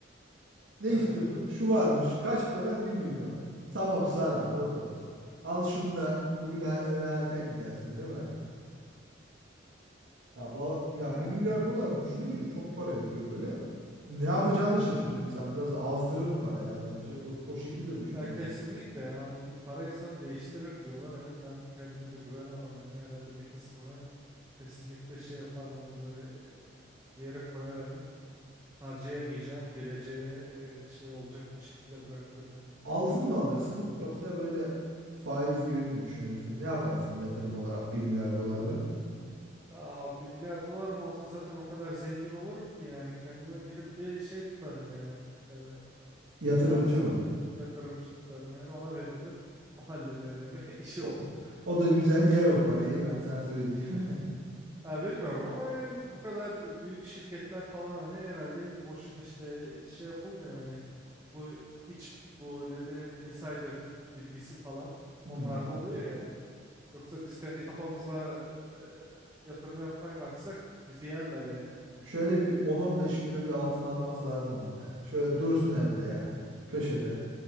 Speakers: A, on the right; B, on the right.
A: Ne
B: ee,
A: istiyorsun? Şu varmış. Kaç para? bir milyon. Tamam sar abi o da olsun. Al şunu da bugün e- eve erken gidersin değil mi? Ya, valla- ya
B: ee,
A: bir milyar dolar düşününce çok para yapıyor böyle. Ne yapacağını şaşırır insan. Biraz azdırır para ya bence. O, o şekilde düşünüyorum.
B: ya kesinlikle ya O para insanı değiştirir diyorlar hani ben kendime de güvenemem yani herhalde bir kısmını kesinlikle şey yaparım hani böyle e, bir yere koyar hani harcayamayacağım. Geleceğe e, şey olacak bir şekilde bırakırım yani.
A: Altın mı alırsın yoksa böyle faiz gibi mi düşünürsün? Ne yaparsın yatırım olarak bir milyar dolarla?
B: Aa, bir milyar dolarım olsa zaten o kadar zengin olurum ki yani kendime gidip bir şey tutarım yani. E,
A: Yatırımcı
B: finansör,
A: mı?
B: yatırımcı tutarım yani ona veririm. O halleder yani <laughs> işi
A: O,
B: o.
A: o da güzel yer o parayı ben sana söyleyeyim. <laughs>
B: Ha, bilmiyorum ama hani bu kadar büyük şirketler falan hani herhalde boşuna işte şey yapılmıyor hani. Bu iç bu ne denir insider bilgisi falan
A: Hmm.
B: onlar da oluyor yani. Yoksa biz kendi kafamızla e, yatırım yapmaya kalksak bizi yerler yani.
A: Şöyle bir 10-15 kilo bir altın almak lazım ama ya. Şöyle dursun evde ya. Köşede.